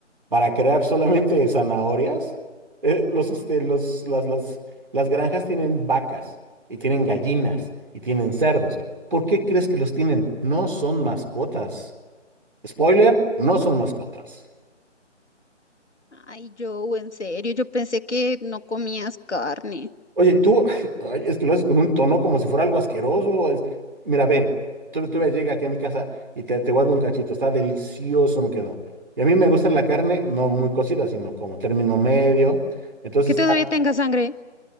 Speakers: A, on the right; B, on the left.
A: para crear solamente zanahorias. Eh, los, este, los, las, las, las granjas tienen vacas y tienen gallinas y tienen cerdos. ¿Por qué crees que los tienen? No son mascotas. Spoiler, no son mascotas.
B: Ay, yo, en serio, yo pensé que no comías carne.
A: Oye, tú, <laughs> ay, es que lo haces con un tono como si fuera algo asqueroso. es- Mira, ven, tú, tú llega aquí a mi casa y te, te voy a dar un cachito. Está delicioso, me quedó. Y a mí me gusta la carne, no muy cocida, sino como término medio. Entonces
B: Que
A: está
B: todavía tenga sangre.